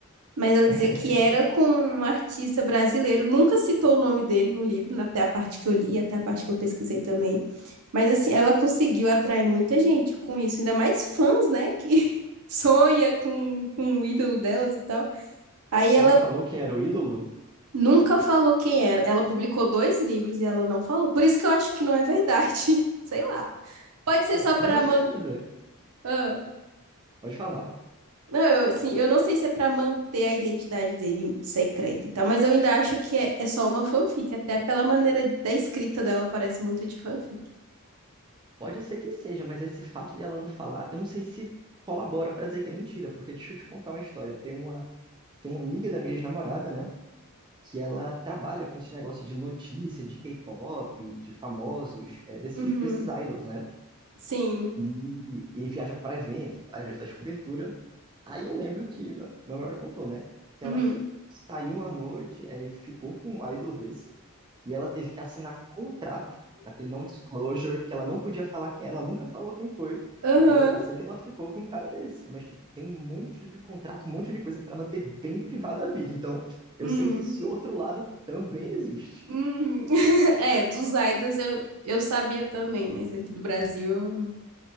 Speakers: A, on the right; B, on the right.
A: mas ela
B: <laughs>
A: dizia que era com um artista brasileiro. Nunca citou o nome dele no livro, até a parte que eu li, até a parte que eu pesquisei também. Mas assim, ela conseguiu atrair muita gente com isso, ainda mais fãs, né? Que <laughs> sonha com, com o ídolo delas e tal. Aí ela
B: Ela falou quem era o ídolo?
A: nunca falou quem era. Ela publicou dois livros e ela não falou. Por isso que eu acho que não é verdade. <laughs> Sei lá. Pode ser
B: Bom,
A: só para
B: mas deixa eu te dizer,
A: manter.
B: pode falar.
A: Não, eu, assim, eu não sei se é pra manter a identidade dele secreta e tal, mas eu ainda acho que é, é só uma fanfic, até pela maneira da escrita dela parece muito de fanfic.
B: Pode ser que seja, mas esse fato de ela não falar, eu não sei se colabora pra dizer que é mentira, porque deixa eu te contar uma história. Tem uma Tem uma amiga da minha ex-namorada, né? Que ela trabalha com esse negócio de notícia, de K-pop, de famosos, é, desses,
A: Uhum.
B: desses idols, né?
A: Sim.
B: E, e viaja para eventos, às vezes faz cobertura. Aí eu lembro que meu maior contou, né? Que
A: Uhum.
B: ela f- saiu na noite, é, e ficou com um idol desse, e ela teve que assinar contrato, naquele non-disclosure, que ela não podia falar quem era, ela nunca falou quem foi.
A: Aham.
B: Mas eu sei que ela ficou com um cara desse, mas tipo, tem um monte de contrato, um monte de coisa pra manter bem privada a vida. Então, eu
A: Uhum.
B: sei que esse outro lado também existe.
A: Uhum. <laughs> É, dos idols eu, eu sabia também, mas aqui do Brasil eu...